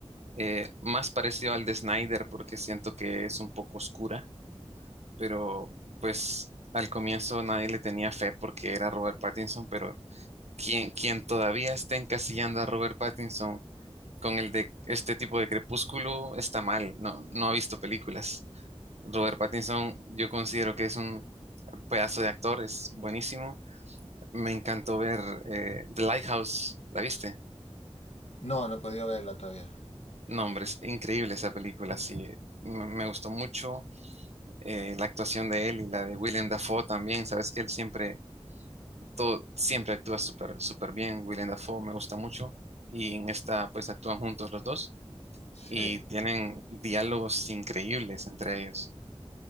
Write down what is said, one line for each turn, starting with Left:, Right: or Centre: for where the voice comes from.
Right: eh, más parecido al de Snyder porque siento que es un poco oscura, pero pues al comienzo nadie le tenía fe porque era Robert Pattinson, pero quien, quien todavía esté encasillando a Robert Pattinson con el de este tipo de crepúsculo está mal, no, no ha visto películas. Robert Pattinson, yo considero que es un pedazo de actor, es buenísimo. Me encantó ver eh, The Lighthouse, ¿la viste?
Left: No, no he podido verla todavía.
Right: No, hombre, es increíble esa película, sí. Me, me gustó mucho eh, la actuación de él y la de William Dafoe también. Sabes que él siempre, todo, siempre actúa súper, súper bien. William Dafoe me gusta mucho. Y en esta, pues actúan juntos los dos
Left: Sí.
Right: y tienen diálogos increíbles entre ellos.